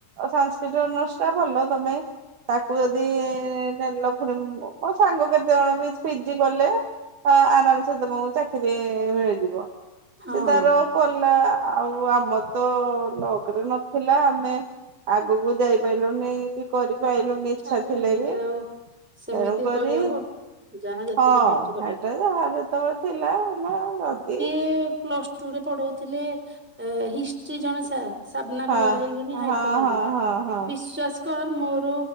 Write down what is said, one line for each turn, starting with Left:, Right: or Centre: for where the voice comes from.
Right: ସାଂସ୍କରିଟ୍ ଅନର୍ସ ଭଲ ତମେ ତାକୁ ଯଦି ନେଲ ପୁଣି ମୋ ସାଙ୍ଗ କେତେଜଣ ବି ପିଜି କଲେ। ହଁ, ଆରାମ୍ସେ ତମୁକୁ ଚାକିରି ମିଳିଯିବ।
Centre: ହଁ
Right: ସେ ତାର କଲା, ଆଉ ଆମର ତ ଲକ୍ରେ ନ ଥିଲା, ଆମେ ଆଗକୁ ଯାଇପାଇଲୁନି କି କରିପାଇଲୁନି
Centre: ହଁ ମ
Right: ଇଚ୍ଛା
Centre: ଛାଡେ
Right: ଥିଲେ
Centre: ହେମିତି
Right: ବି।
Centre: ଆଉ ସେମିତି
Right: ତେଣୁକରି
Centre: କହିହବ।
Right: ହଁ
Centre: ଯାହା ଯେତେବେଳେ ମିଳୁଛି କରିବାକୁ
Right: ହେଟା <inaudible> ଥିଲା ହେଲା <unintelligible>
Centre: ଏ ପ୍ଲସ୍ ଟୁ ରେ ପଢଉଥିଲେ ହିଷ୍ଟ୍ରି ଜଣେ ସାର୍। ସାବନା
Right: ହଁ
Centre: କଲର୍ ହେଇକିନି
Right: ହଁ
Centre: ହାଇଟ୍ କମ୍,
Right: ହଁ ହଁ ହଁ।
Centre: ବିଶ୍ଵାସ୍ କର ମୋର